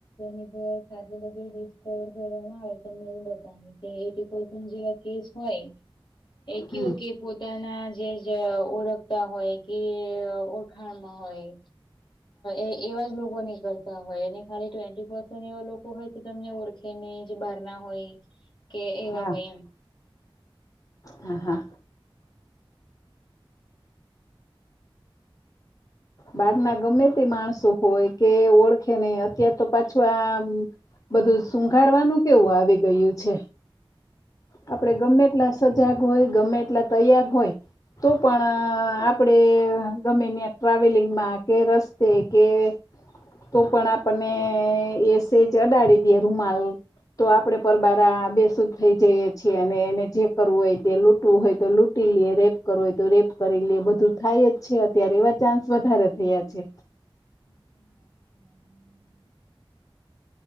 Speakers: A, on the left (about 55°); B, on the left (about 40°).
A: ની ખાતે બધ ડ ના બ જે કેસ હોય એ કેવું
B: હમ
A: કે પોતાના જે ઓળખતા હોય કે ખાણમાં હોય એ એવા જ લોકો નહી કરતા હોય એને ખાલી ટ્વેી પસ એવા લોકો હોય તમને ઓળખેને જે બારના હોય કે એવા
B: હા
A: હોય એમ
B: હા હા બહાર ના ગમે તે માણસો હોય કે ઓળખેને અત્યાર તો પાછું આ બધું શુંઘાારવાનું કેવું આવી ગયું છે. આપડે ગમેટલા સજાગ હોય ગમેટલા તૈયાર હોય તો પણ આપડે ગમે ત્યા ટ્રાવેલિંગમાં કે રસ્તે કે તો પણ આપણને એસેજ અડાડી દે રૂમાલ તો આપડે પરબાર બેસુ જ થઈ જઈએે છીએ અને એને જે કરવું હોય તે લૂટવું હોય તો લ લ રેપ કરવો હોય તો રેપ કરી લેએ બધું થાય જ છે અત્યારે એવા ચાન્સ વધારે થયા છે.
A: હ